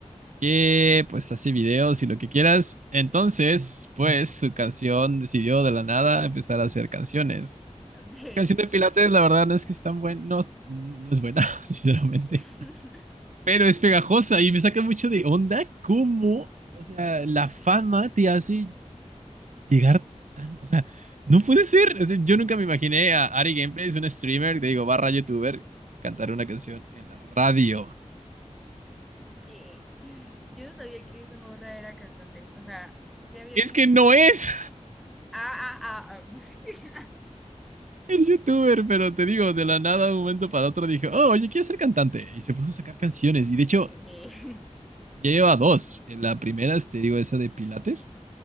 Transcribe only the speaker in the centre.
ok.
<laughs>
¿Qué? Yo no sabía que esa morra era cantante. O sea, sí había
visto.
Ah, ah, ah, ah.
<laughs>
¿Qué?